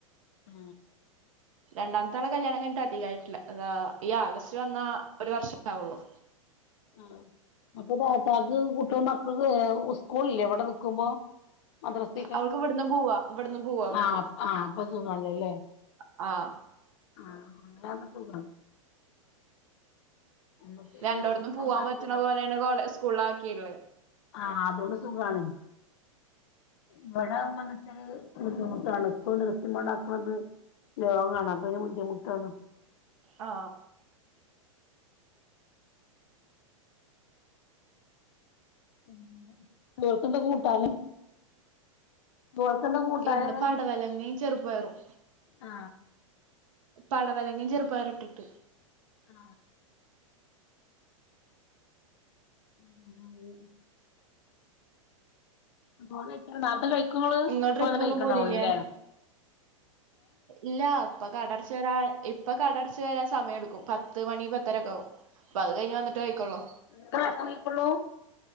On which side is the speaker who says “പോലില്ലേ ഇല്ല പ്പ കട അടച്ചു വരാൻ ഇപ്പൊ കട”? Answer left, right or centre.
Right